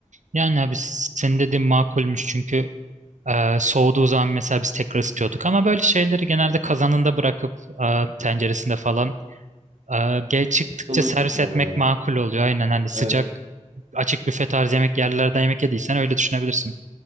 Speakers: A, on the right; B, on the right.
A: Yani abi senin dediğin makulmüş çünkü e, soğuduğu zaman mesela biz tekrar ısıtıyorduk ama böyle şeyleri genelde kazanında bırakıp e, tenceresinde falan e, geç çıktıkça
B: Ilık
A: servis
B: tutuyorlar
A: etmek
B: aynı.
A: makul oluyor. Aynen hani sıcak
B: Evet.
A: açık büfe tarzı yemek yerlerden yemek yediysen öyle düşünebilirsin.